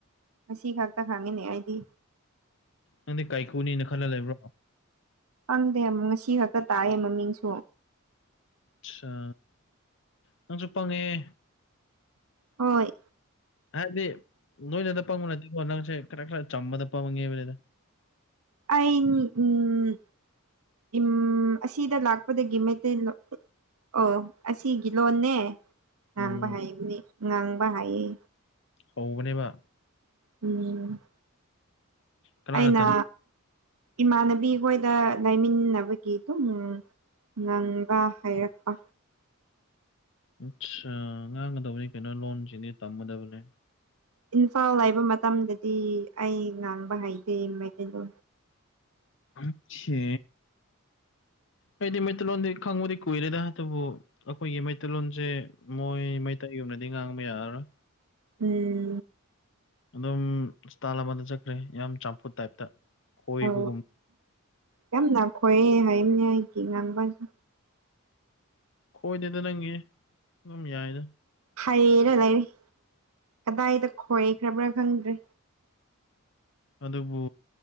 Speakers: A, on the right; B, on the left.
A: ꯉꯁꯤ ꯈꯛꯇ ꯈꯪꯉꯦꯅꯦ ꯑꯩꯗꯤ
B: ꯅꯪꯗꯤ ꯀꯥꯏꯀꯨꯅꯤꯅ ꯈꯜꯂ ꯂꯩꯕ꯭ꯔꯣ
A: ꯈꯪꯗꯦ ꯃꯝ ꯉꯁꯤ ꯈꯛꯇ ꯇꯥꯛꯌꯦ ꯃꯃꯤꯡꯁꯨ
B: ꯑꯠꯁꯥ ꯅꯪꯁꯨ ꯄꯪꯉꯦꯍꯦ
A: ꯍꯣꯏ
B: ꯍꯥꯏꯕꯗꯤ ꯅꯣꯏꯅꯗ ꯄꯪꯕ ꯅꯠꯇꯦꯀꯣ ꯅꯪꯁꯦ ꯈꯔ ꯈꯔ ꯆꯝꯕꯗ ꯄꯪꯉꯦꯕꯅꯤꯗ
A: ꯑꯩ ꯎꯝ ꯑꯝ ꯑꯁꯤꯗ ꯂꯥꯛꯄꯗꯒꯤ ꯃꯩꯇꯩ ꯂꯣꯟ ꯑꯣ ꯑꯁꯤꯒꯤ ꯂꯣꯟꯅꯦ ꯉꯥꯡꯕ
B: ꯎꯝ
A: ꯍꯩꯒꯅꯤ ꯉꯥꯡꯕ ꯍꯩꯌꯦ
B: ꯍꯕꯅꯦꯕ
A: ꯎꯝ
B: ꯀꯅꯥꯅ
A: ꯑꯩꯅ
B: ꯇꯝ
A: ꯏꯃꯥꯟꯅꯕꯤ ꯍꯣꯏꯗ ꯂꯩꯃꯤꯟꯅꯕꯒꯤ ꯑꯗꯨꯝ ꯅꯪꯕ ꯍꯥꯏꯔꯛꯄ
B: ꯑꯠ ꯉꯥꯡꯒꯗꯕꯅꯤ ꯀꯩꯅꯣ ꯂꯣꯟꯁꯤꯡꯗꯤ ꯇꯝꯒꯗꯕꯅꯦ
A: ꯏꯝꯐꯥꯜ ꯂꯩꯕ ꯃꯇꯝꯗꯗꯤ ꯑꯩ ꯉꯥꯡꯕ ꯍꯩꯇꯦ ꯃꯩꯇꯩꯇꯩꯗꯣ
B: ꯑꯦ ꯑꯩꯗꯤ ꯃ ꯆꯂꯣꯗꯤ ꯈꯪꯉꯗꯤ ꯀꯣꯏꯔꯦꯗ ꯍꯥꯕꯨꯣ ꯑꯩꯈꯣꯏꯒꯤ ꯃꯩꯇꯩꯂꯣꯟꯁꯦ ꯃꯣꯏ ꯃꯩꯇꯩ ꯌꯨꯝꯅꯗꯤ ꯉꯥꯡꯕ ꯌꯥꯔꯔꯣꯏ
A: ꯎꯝ
B: ꯑꯗꯨꯝ ꯏꯁꯇꯥꯜ ꯑꯃꯗ ꯆꯠꯈ꯭ꯔꯦ ꯌꯥꯝ ꯆꯝꯐꯨꯠ ꯇꯥꯏꯞꯇ ꯈꯣꯏꯕꯒꯨꯝ
A: ꯑ ꯌꯥꯝꯅꯈꯣꯏꯑꯦ ꯍꯥꯏꯝꯅꯦ ꯑꯩꯒꯤ ꯉꯥꯡꯕꯁꯨ
B: ꯈꯣꯏꯗꯦꯗ ꯅꯪꯒꯤ ꯑꯗꯨꯝ ꯌꯥꯏꯅ
A: ꯍꯩꯔ ꯂꯩꯔꯤ ꯀꯗꯥꯏꯗ ꯈꯣꯏꯈ꯭ꯔꯕ꯭ꯔꯥ ꯈꯪꯗ꯭ꯔꯦ
B: ꯑꯗꯨꯕꯨ